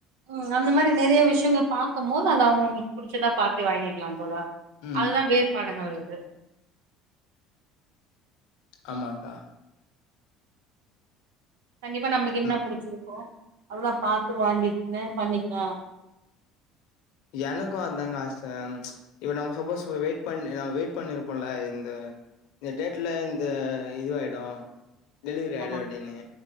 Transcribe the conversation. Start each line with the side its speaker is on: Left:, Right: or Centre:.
Right: ம் அந்த மாரி நெறையா விஷ்யங்க பாக்கம் போது அது அவங்கங்களுக்கு புடுச்சதா பாத்து வாங்கிக்கலாம் தோழா
Left: ம்.
Right: அதுதா வேறுபாடுங்கறது து
Left: ஆமாக்கா
Right: கண்டிப்பா நமக்கு என்ன
Left: ம்.
Right: புடுச்சுருக் ஓ அப்புறோ பாத்து வாங்கிக்நூ பண்ணிக்கலா
Left: எனக்கு அதாங்க ஆச இப்ப நம்ம சப்போஸ் நம்ம வெயிட் பண்ணி நம்ம வெயிட் பண்ணிருப்போல்ல இந்த இந்த டேட்ல இந்த இதுவாயிடு டெலிவரி
Right: ஆமா
Left: ஆயிடு அப்டின்னு